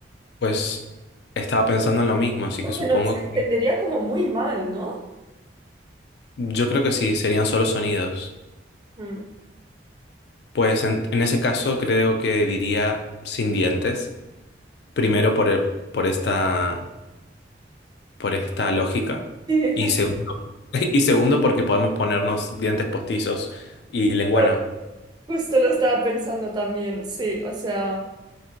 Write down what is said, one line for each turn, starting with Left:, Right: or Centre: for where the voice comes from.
Left: pues estaba pensando en lo mismo, así
Right: Porque
Left: que supongo
Right: nos entendería como muy mal, ¿no?
Left: Yo creo que sí, serían solo sonidos.
Right: Mm.
Left: Pues en, en ese caso creo que diría sin dientes, primero por, el- por esta, por esta lógica
Right: Sí,
Left: y segundo, <laughs> y segundo porque podemos ponernos dientes postizos y lengua
Right: <laughs>
Left: no.
Right: justo lo estaba pensando también, sí, o sea.